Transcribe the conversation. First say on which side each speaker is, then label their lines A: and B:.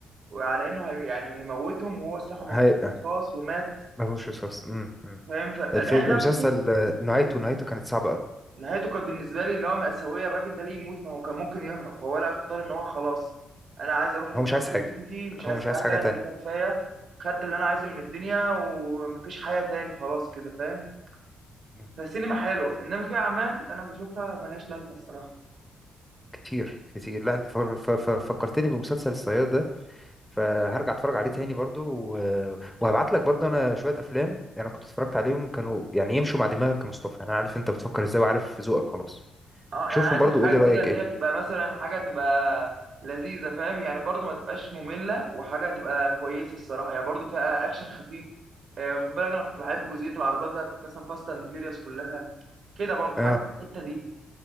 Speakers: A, on the right (about 65°); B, in the centre.
A: وعلى انه هي يعني هيموتهم وهو سلاحه مفروض
B: هي
A: رصاص ومات
B: مفهوش وسواس امم
A: فاهم فالاداء
B: الفيلم
A: نفسه
B: المسلسل آه، نهايته نهايته كانت صعبة قوي
A: نهايته كانت بالنسبه لي اللي هو مأساويه الراجل ده ليه يموت ما هو كان ممكن يهرب هو لا اختار ان هو خلاص انا عايز اروح لمراتي
B: هو مش عايز حاجة
A: وبنتي مش
B: هو
A: عايز
B: مش
A: حاجه
B: عايز حاجة تانية
A: انا كده كفايه خدت اللي انا عايزه من الدنيا ومفيش حياه تاني خلاص كده فاهم
B: مم.
A: فالسينما حلوه انما في اعمال انا بشوفها ملهاش لازمه الصراحه
B: كتير كتير لا انت فر- ف- ف- فكرتني بمسلسل الصياد ده فهرجع اتفرج عليه تاني برضو و- وهبعت لك برضو انا شوية افلام انا كنت اتفرجت عليهم كانوا يعني يمشوا مع دماغك يا مصطفى انا عارف انت بتفكر ازاي وعارف ذوقك خلاص
A: اه
B: شوفهم
A: يعني عايزك
B: برضو
A: حاجه
B: قول لي رأيك
A: كده اللي
B: ايه
A: هي تبقى مثلا حاجه تبقى لذيذه فاهم يعني برضو ما تبقاش ممله وحاجه تبقى كويسه الصراحه يعني برضو فيها اكشن خفيف آه، خد بالك انا كنت بحب جزئيه العربيات بتاعت مثلا فاست اند فيوريوس كلها كده برضو
B: اه
A: حاجه في الحته دي